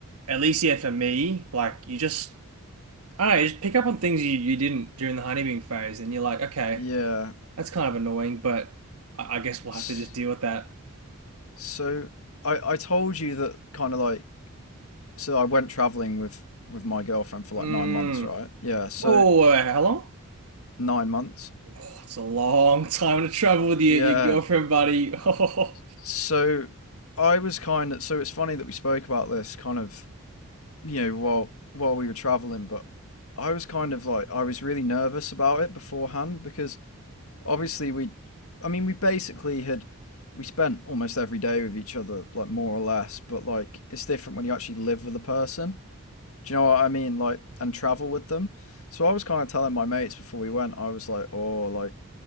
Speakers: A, on the right; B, on the left.
A: at least yeah, for me, like you just I don't know, you just pick up on things you you didn't during the honeymoon phase, and you're like, okay,
B: Yeah.
A: that's kind of annoying, but I, I guess we'll
B: S-
A: have to just deal with that.
B: So I I told you that kind of like so I went traveling with with my girlfriend for like
A: Mm.
B: 9 months, right? Yeah. So
A: Whoa, whoa, whoa, whoa, how long?
B: 9 months.
A: Oh, it's a long time to travel with your,
B: Yeah.
A: your girlfriend, buddy. <laughs> Oh,
B: So I was kind of so it's funny that we spoke about this kind of, you know, while while we were traveling, but I was kind of like I was really nervous about it beforehand because obviously we i mean we basically had we spent almost every day with each other like more or less but like it's different when you actually live with a person do you know what i mean like and travel with them so i was kind of telling my mates before we went i was like oh like